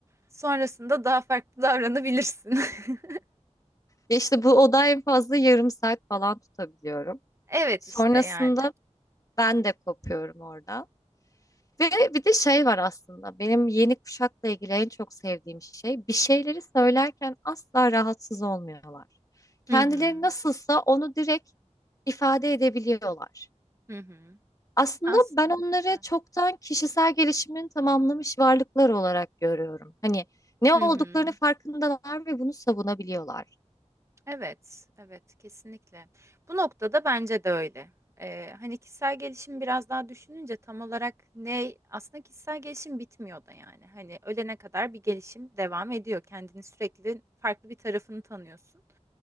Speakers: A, on the right; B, on the left.
A: sonrasında daha farklı davranabilirsin. <laughs>
B: Ya İşte bu oda en fazla yarım saat falan tutabiliyorum.
A: Evet
B: Sonrasında
A: işte yani.
B: ben de kopuyorum oradan. Ve bir de şey var aslında benim yeni kuşakla ilgili en çok sevdiğim şey bir şeyleri söylerken asla rahatsız olmuyorlar. Kendileri
A: Hı hı.
B: nasılsa onu direkt ifade edebiliyorlar.
A: Hı hı.
B: Aslında
A: Aslında
B: ben onları
A: güzel.
B: çoktan kişisel gelişimini tamamlamış varlıklar olarak görüyorum. Hani ne
A: Hı
B: olduklarını
A: hı.
B: farkındalar ve bunu savunabiliyorlar.
A: Evet, evet kesinlikle. Bu noktada bence de öyle. Ee, hani kişisel gelişim biraz daha düşününce tam olarak ne aslında kişisel gelişim bitmiyor da yani. Hani ölene kadar bir gelişim devam ediyor. Kendini sürekli farklı bir tarafını tanıyorsun.